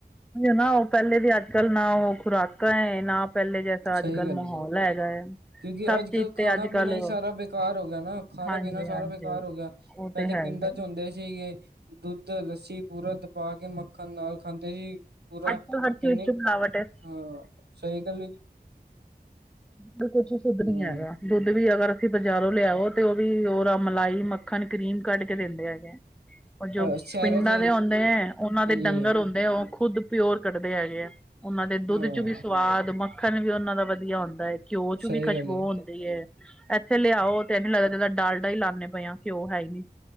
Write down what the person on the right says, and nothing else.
ਸਹੀ ਗੱਲ
ਹੈ ਜੀ।
ਕਿਉਂਕਿ
ਅੱਜ-ਕੱਲ੍ਹ
ਖਾਣਾ
ਪੀਣਾ ਹੀ ਸਾਰਾ ਬੇਕਾਰ ਹੋ ਗਿਆ ਨਾ ਖਾਣਾ-ਪੀਣਾ
ਸਾਰਾ
ਬੇਕਾਰ ਹੋ ਗਿਆ।
ਪਹਿਲੇ
ਪਿੰਡਾਂ
ਚ ਹੁੰਦੇ ਸੀਗੇ ਦੁੱਧ ਲੱਸੀ ਪੂਰਾ ਪਾ ਕੇ ਮੱਖਣ ਨਾਲ ਖਾਂਦੇ ਸੀ ਪੂਰਾ
ਕਿੰਨੇ
ਹਾਂ ਸਹੀ ਗੱਲ ਜੀ।
ਹੂੰ,
ਸ਼ਹਿਰਾਂ
'ਚ
ਹਾਂਜੀ
ਹਾਂ,
ਸਹੀ
ਗੱਲ ਏ।